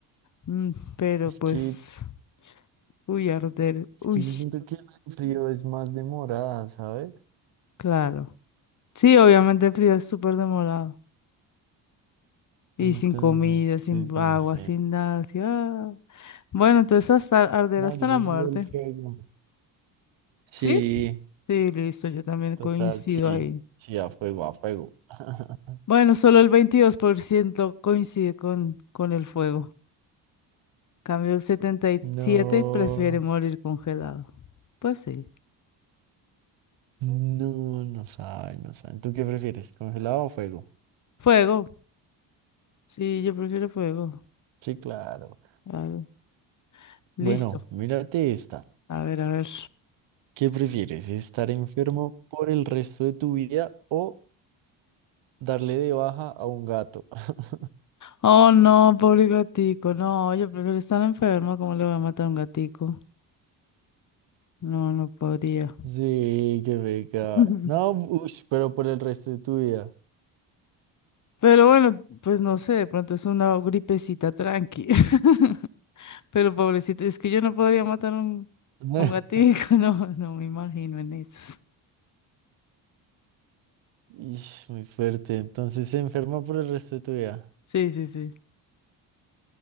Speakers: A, on the left (about 40°); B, on the right (about 70°).
A: Mm, pero
B: Es
A: pues,
B: que,
A: uy, arder, uy,
B: es que yo siento que el frío es más demorada, ¿sabes?
A: claro. Sí, obviamente el frío es súper demorado. Y
B: Entonces,
A: sin comida, sin
B: pues no
A: agua,
B: sé.
A: sin nada, así. ah. Bueno, entonces hasta arder
B: No,
A: hasta
B: yo prefiero
A: la muerte.
B: el fuego. Sí,
A: ¿Sí? Sí, listo, yo también
B: total,
A: coincido
B: sí.
A: ahí.
B: Sí, a fuego, a fuego. <laughs>
A: Bueno, solo el 22% coincide con, con el fuego. Cambio el 77%
B: No,
A: prefiere morir congelado. Pues sí.
B: no, no saben, no saben. ¿Tú qué prefieres? ¿Congelado o fuego?
A: Fuego. Sí, yo prefiero fuego.
B: Sí, claro.
A: Claro. Listo.
B: Bueno, mírate esta.
A: A ver, a ver.
B: ¿Qué prefieres? ¿Estar enfermo por el resto de tu vida o darle de baja a un gato? <laughs>
A: Oh, no, pobre gatico. No, yo prefiero estar enferma ¿Cómo le voy a matar a un gatico? No, no podría.
B: Sí, qué beca.
A: <laughs>
B: No, ush, pero por el resto de tu vida.
A: Pero bueno, pues no sé, de pronto es una gripecita tranqui. <laughs> Pero pobrecito, es que yo no podría matar un,
B: <laughs>
A: un gatico. <laughs> No, no me imagino en esas.
B: Ish, muy fuerte. Entonces se enferma por el resto de tu vida.
A: Sí, sí, sí.